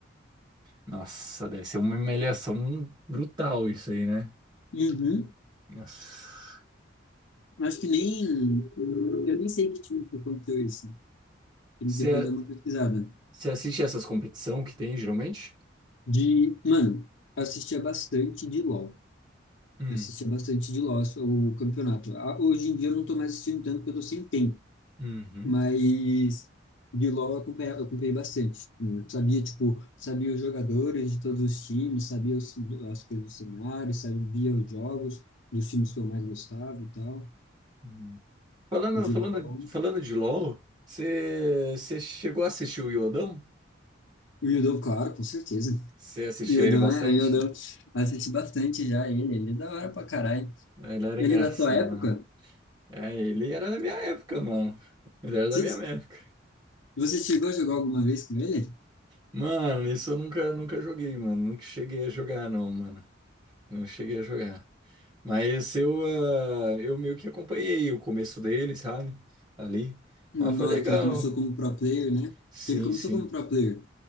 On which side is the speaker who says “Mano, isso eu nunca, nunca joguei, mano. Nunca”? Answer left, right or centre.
Right